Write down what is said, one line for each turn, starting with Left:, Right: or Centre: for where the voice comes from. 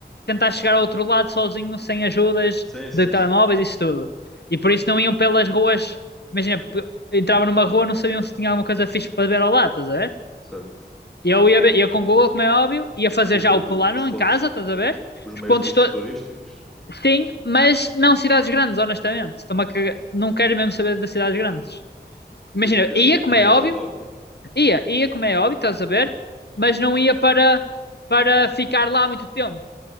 Left: tentar chegar ao outro lado sozinho, sem ajudas
Centre: Sim, sim,
Left: de telemóveis,
Centre: sim.
Left: isso tudo. E por isso não iam pelas ruas. Imagina, p- entravam numa rua, não sabiam se tinha alguma coisa fixe para ver ao lado, estás a ver?
Centre: Certo.
Left: E eu ia, ver- ia com o Google, como é óbvio, ia fazer
Centre: Ias
Left: já
Centre: ver
Left: o plano
Centre: o- os pontos,
Left: em casa, estás a ver?
Centre: os
Left: Os
Centre: meios
Left: pontos
Centre: pontos
Left: to
Centre: turísticos.
Left: Sim, mas não cidades grandes, honestamente. Estou-me a cagar- Não quero mesmo saber das cidades grandes. Imagina,
Centre: Tipo o quê?
Left: ia
Centre: Tipo,
Left: como
Centre: não
Left: é
Centre: ias
Left: óbvio,
Centre: a Tóquio?
Left: ia, ia como é óbvio, estás a ver?
Centre: Sim.
Left: Mas não ia para, para ficar lá muito tempo.